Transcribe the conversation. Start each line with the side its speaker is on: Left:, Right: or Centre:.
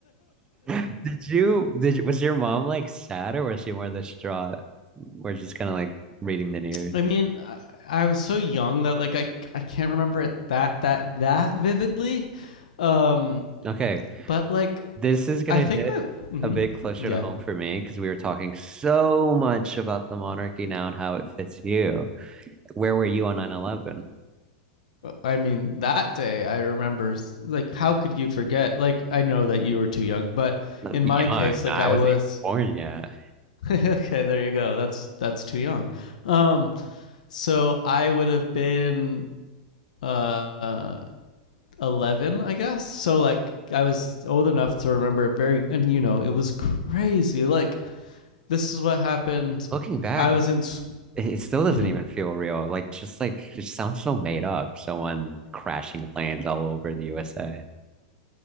Right: <laughs> Did you did you, was your mom like sad or was she more distraught? We're just kind of like reading the news.
Left: I mean. I, I was so young that like I I can't remember it that that that vividly, um,
Right: Okay,
Left: but like
Right: this is gonna
Left: I think
Right: hit
Left: that mm-hmm.
Right: a bit closer
Left: yeah
Right: to home for me because we were talking so much about the monarchy now and how it fits you. Where were you on nine eleven?
Left: I mean, that day I remember, like, how could you forget? Like, I know that you were too young, but
Right: No,
Left: in
Right: Young.
Left: my case, like,
Right: I
Left: I
Right: wasn't
Left: was.
Right: even born yet.
Left: <laughs> okay, there you go. That's that's too young. Um, so I would have been uh 11, I guess. So like I was old enough to remember it very, and you know, it was crazy. Like this is what happened.
Right: Looking back,
Left: I was
Right: it,
Left: in. s-
Right: it still doesn't
Left: mhm.
Right: even feel real. Like just like it sounds so made up. Someone crashing planes all over the USA.